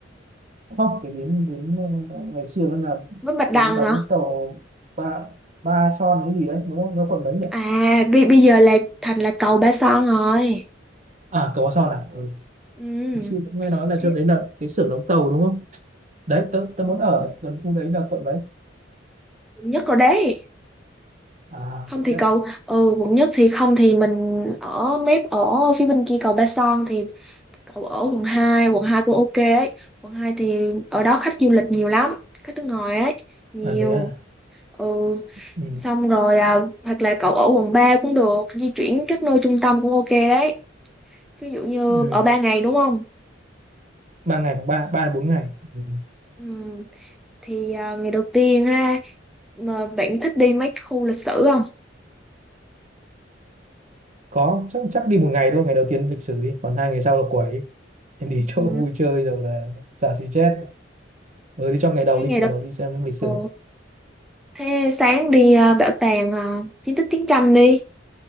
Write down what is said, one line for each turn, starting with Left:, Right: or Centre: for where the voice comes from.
Right: không cái bến bến ờ, ngày xưa nó là
Centre: Bến Bạch Đằng
Right: bến đóng
Centre: hả
Right: tàu ba ba son cái gì đấy đúng không nó còn mấy nhỉ
Centre: à bây, bây giờ là thành là cầu Ba Son rồi
Right: À cầu qua Son à ừ.
Centre: ừ.
Right: Sư cũng nghe nói là
Centre: thế-
Right: chỗ đấy là cái xưởng đóng tàu đúng không? Đấy tớ, tớ muốn
Centre: ừ.
Right: ở gần khu đấy là quận mấy?
Centre: quận nhất rồi đấy
Right: À
Centre: không
Right: quận
Centre: thì
Right: nhất
Centre: cầu
Right: à?
Centre: ừ quận nhất thì không thì mình ở mép ở phía bên kia cầu Ba Son thì cầu ở quận hai quận 2 cũng ok ấy quận 2 thì ở đó khách du lịch nhiều lắm khách nước ngoài ấy nhiều
Right: À thế à?
Centre: ừ
Right: Ừ.
Centre: xong rồi à, hoặc là cậu ở quận 3 cũng được di chuyển các nơi trung tâm cũng ok đấy ví dụ như
Right: Ừ.
Centre: ở 3 ngày đúng không
Right: Ba ngày hoặc ba ba đến bốn ngày. Ừ.
Centre: ừ, thì à, ngày đầu tiên ha mà bạn thích đi mấy khu lịch sử không
Right: Có chắc chắc đi một ngày thôi ngày đầu tiên lịch sử đi còn hai ngày sau là quẩy em đi chỗ
Centre: ừ.
Right: <laughs> vui chơi rồi là xả xì chết ừ thì trong ngày đầu
Centre: thế
Right: đi
Centre: ngày
Right: ngày
Centre: đầu
Right: đầu đi xem lịch sử
Centre: ừ. thế sáng đi à, bảo tàng à, chiến tích chiến tranh đi